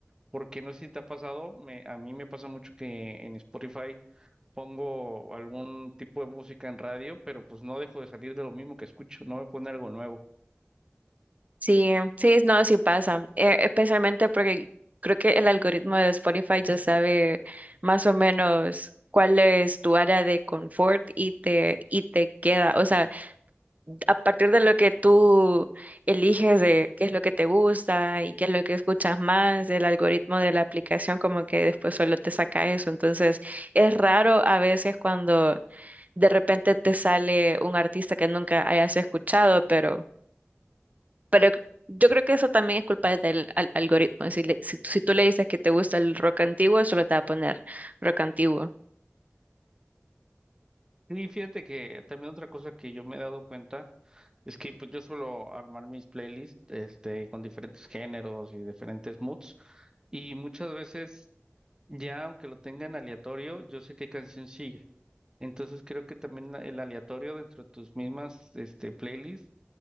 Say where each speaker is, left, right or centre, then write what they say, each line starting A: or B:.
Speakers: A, on the right; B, on the right.
A: porque no sé si te ha pasado, me, a mí me pasa mucho que en Spotify pongo algún tipo de música en radio, pero pues no dejo de salir de lo mismo que escucho, no me pone algo nuevo.
B: Sí, sí, no, sí pasa. Eh, especialmente porque creo que el algoritmo de Spotify ya sabe más o menos cuál es tu área de confort y te, y te queda. O sea, a partir de lo que tú eliges de qué es lo que te gusta y qué es lo que escuchas más, el algoritmo de la aplicación como que después solo te saca eso. Entonces, es raro a veces cuando de repente te sale un artista que nunca hayas escuchado, pero, pero yo creo que eso también es culpa del al- algoritmo. Si, le- si, si tú le dices que te gusta el rock antiguo, solo te va a poner rock antiguo.
A: Y fíjate que también otra cosa que yo me he dado cuenta es que pues yo suelo armar mis playlists este, con diferentes géneros y diferentes moods y muchas veces ya aunque lo tenga en aleatorio, yo sé qué canción sigue. Entonces creo que también la- el aleatorio dentro de tus mismas este, playlists